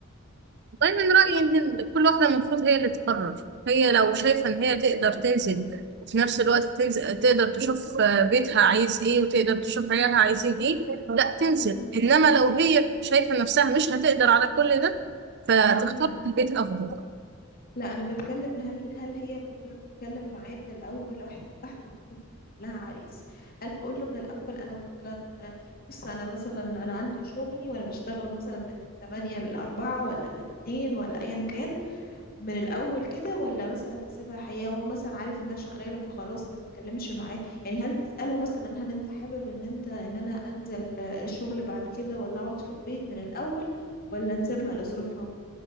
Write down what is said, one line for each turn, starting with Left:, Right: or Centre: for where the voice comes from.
Right: والله من رأيي إن كل واحدة المفروض هي اللي تقرر هي لو شايفة إن هي تقدر تنزل وفي نفس الوقت تنزل تقدر تشوف آه، بيتها عايز إيه وتقدر تشوف عيالها عايزين إيه لا تنزل
Left: مم.
Right: إنما لو هي شايفة نفسها مش هتقدر على كل ده فتختار
Left: مم.
Right: البيت أفضل
Left: لا انا بتكلم هل هل هي بتتكلم معاه من الاول واحده واحده لها عريس انا بقول له من الاول انا مثلا بص انا مثلا انا عندي شغلي وانا بشتغل مثلا من 8 ل 4 ولا من 2 ولا ايا كان من الاول كده ولا مثلا تسيبها حياه وهو مثلا عارف انها شغاله فخلاص ما تتكلمش معاه يعني هل تساله مثلا هل انت حابب ان انت ان انا انزل الشغل بعد كده ولا اقعد في البيت من الاول ولا نسيبها لظروفها